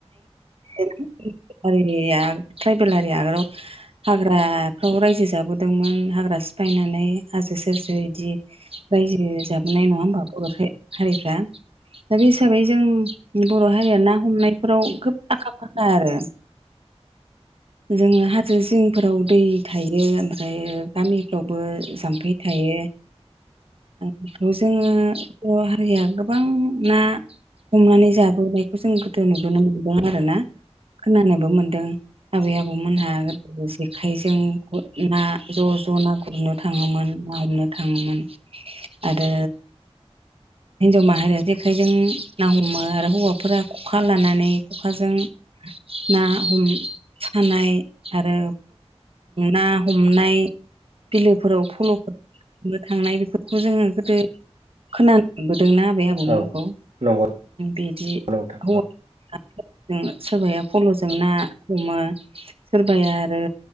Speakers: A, on the right; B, on the right.
A: <unintelligible> ट्राइबेल हारिया आगोलाव हाग्राफ्राव रायजो जाबो दोंमोन हाग्रा सिफायनानै हाजो सेर सेर बिदि। रायजो जाबोनाय नङा होमबा बर' हारिफ्रा। दा बे हिसाबै जों बर' हारिया ना हमनायफोराव खोब आखा फाखा आरो। जोङो हाजो सिंफोराव दै थायो ओमफ्राय गामिफ्रावबो जाम्फै थायो। बेखौ जोङो बर' हारिया गोबां ना हमनानै जाबोनायखौ जों गोदो नुबोनो मोनदों आरो ना खोनानोबो मोनदों आबै आबौमोनहा जेखायजों ना ज' ज' ना गुरनो थाङोमोन ना हमनो थाङोमोन आरो हिन्जाव माहारिया जेखाइजों ना हमो आरो हौवाफोरा खखा लानानै खखाजों ना हम सानाय आरो ना हमनाय बिलोफोराव फल'फोर थांनाय बेफोरखौ जोङो गोदो खोनाबोदोंना आबै आबौमोनखौ
B: औ नंगौ
A: बिदि
B: नंगौ नोंथां
A: हौवा सोरबाया फल'जों ना हमो सोरबाया आरो